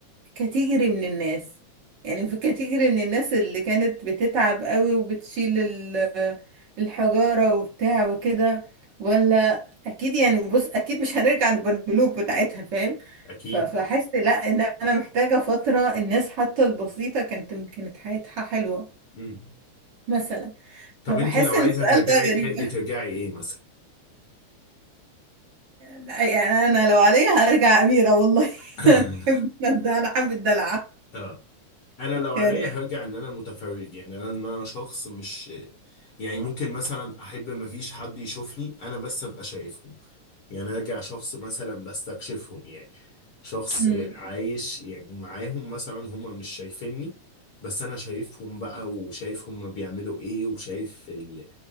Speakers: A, on the right (about 55°); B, on the left (about 55°).
A: كاتيجري من الناس يعني في كاتيجري من الناس اللي كانت بتتعب قوي وبتشيل ال- الحجارة وبتاع وكده ولا اكيد يعني بص اكيد مش هنرجع للبنلوك بتاعتها فاهم
B: اكيد
A: ف- فحس لا ان انا محتاجة فترة الناس حتى البسيطة كانت كانت حياتها حلوة
B: امم
A: مثلا
B: طب
A: فبحس
B: انت لو
A: ان
B: عايزه
A: السؤال
B: ترجعي
A: ده
B: تحبي
A: غريب <laughs>
B: ترجعي ايه مثلا
A: لا يعني انا لو عليا هرجع اميرة والله <laughs>
B: <laughs>
A: انا احب الدلع انا احب الدلع
B: اه انا لو
A: يعني
B: عليا هرجع ان انا متفرج يعني انا ان انا شخص مش يعني ممكن مثلا احب ما فيش حد يشوفني انا بس ابقى شايفهم يعني ارجع شخص مثلا بستكشفهم يعني شخص
A: امم
B: عايش يعني معاهم مثلا هما مش شايفيني بس انا شايفهم بقى وشايف هما بيعملوا ايه وشايف ال...